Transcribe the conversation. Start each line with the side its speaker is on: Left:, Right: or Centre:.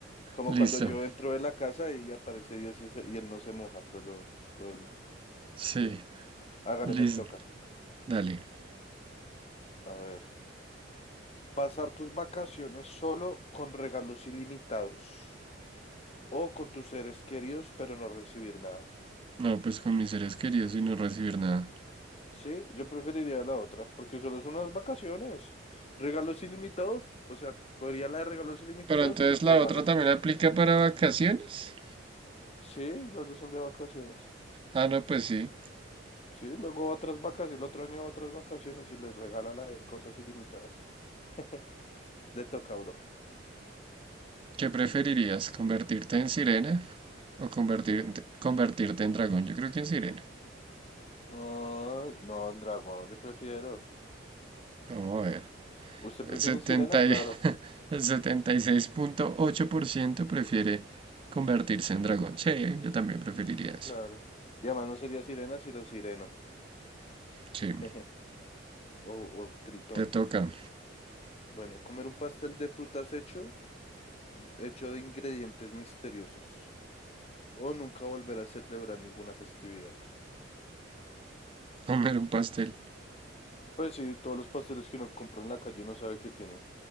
Left: como
Right: Listo,
Left: cuando yo entro de la casa y aparece Dios y, ese- y él no se moja, solo todo el...
Right: sí,
Left: sí. Hágale,
Right: listo,
Left: me toca.
Right: dale.
Left: A ver. Pasar tus vacaciones solo con regalos ilimitados o con tus seres queridos, pero no recibir nada.
Right: No, pues con mis seres queridos y no recibir nada.
Left: Sí, yo preferiría la otra, porque solo son unas vacaciones. Regalos ilimitados, o sea, cogería la de regalos ilimitados
Right: Pero entonces
Left: y los
Right: la
Left: regalo.
Right: otra también aplica para vacaciones.
Left: Sí, las dos son de vacaciones.
Right: Ah, no, pues sí.
Left: Sí, luego otras vacaciones, el otro año otras vacaciones y les regala la de cosas ilimitadas. <laughs> De toca, bro.
Right: ¿Qué preferirías? ¿Convertirte en sirena o convertirte, convertirte en dragón? Yo creo que en sirena.
Left: Ay, no, un dragón, yo prefiero.
Right: Vamos a ver.
Left: ¿Usted
Right: El
Left: prefiere
Right: 70
Left: en sirena? Claro,
Right: y- <laughs> el setenta y seis punto ocho por ciento prefiere convertirse en dragón. Sí, yo también preferiría eso.
Left: claro. Y además no sería sirena, sino sireno.
Right: Sí,
Left: <laughs> O, o tritón.
Right: te toca
Left: Bueno, comer un pastel de frutas hecho, hecho de ingredientes misteriosos. O nunca volver a celebrar ninguna festividad.
Right: comer un pastel.
Left: Pues sí, todos los pasteles que uno compra en la calle no sabe qué tienen.